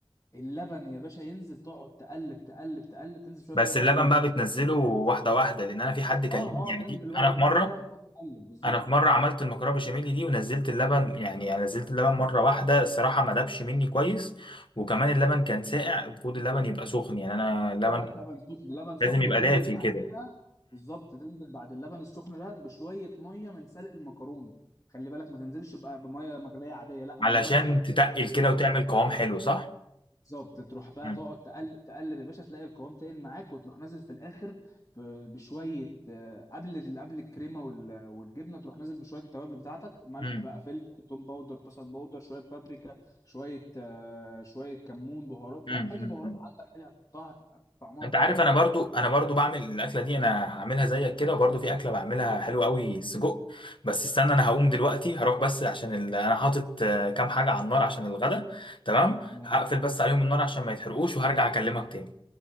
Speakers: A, on the left; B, on the left.
A: اللبن يا باشا ينزل تقعد تقلب تقلب تقلب تنزل شويه
B: بس
A: لبن حلوين
B: اللبن بقى بتنزله واحدة واحدة لأن أنا في حد كلمني
A: اه
B: يعني
A: اه تنزل
B: في
A: واحده
B: أنا في
A: واحده
B: مرة
A: كده تقعد تقلب بالظبط
B: أنا في مرة عملت المكرونة بشاميل دي ونزلت اللبن يعني يعني نزلت اللبن مرة واحدة الصراحة ما دابش مني كويس وكمان اللبن كان ساقع المفروض اللبن يبقى سخن يعني أنا اللبن
A: لا لا لبن سخن لبن سخن
B: لازم يبقى
A: وتنزل
B: دافي
A: بعديها
B: كده
A: بالظبط تنزل بعد اللبن السخن ده بشويه ميه من سلق المكرونه خلي بالك ما تنزلش بقى بميه مغليه عاديه لا من
B: علشان
A: الميه بتاعت
B: تتقل كده وتعمل قوام حلو صح؟
A: بالظبط تروح بقى
B: مم.
A: تقعد تقلب تقلب يا باشا تلاقي القوام تقل معاك وتروح نازل في الاخر ب- بشويه آه، قبل ال- قبل الكريمه وال- والجبنه تروح نازل بشويه التوابل بتاعتك ملح
B: مم.
A: بقى فلفل توم باودر بصل باودر شويه بابريكا شويه آه، شويه كمون بهارات فاهم
B: مم. مم.
A: اي بهارات
B: مم.
A: عندك حاجه هتحطها هتبقى طعمها
B: انت
A: فظيع
B: عارف انا برضو انا برضو بعمل الاكله دي انا هعملها زيك كده وبرضو في اكله بعملها حلوه قوي سجق بس استنى انا هقوم دلوقتي هروح بس عشان ال... انا حاطط آه، كام حاجه على النار عشان الغدا تمام
A: ماشي.
B: هقفل بس عليهم النار عشان ما يتحرقوش وهرجع اكلمك تاني